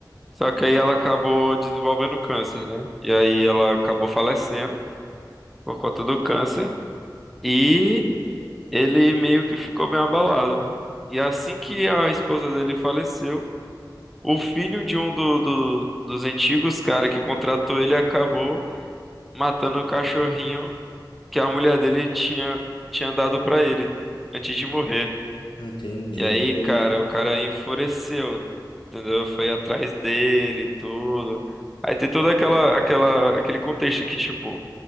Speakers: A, in the centre; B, on the left.
A: Só que aí ela acabou desenvolvendo câncer, né? E aí ela acabou falecendo por conta do câncer. E. ele meio que ficou bem abalado, né? E assim que a esposa dele faleceu, o filho de um do, do- dos antigos cara que contratou ele acabou matando o cachorrinho que a mulher dele tinha, tinha dado pra ele antes de morrer.
B: entendi.
A: E aí,
B: Aí
A: cara,
B: no-
A: o cara enfureceu, entendeu? Foi atrás dele e tudo. Aí tem toda aquela, aquela, aquele contexto que, tipo,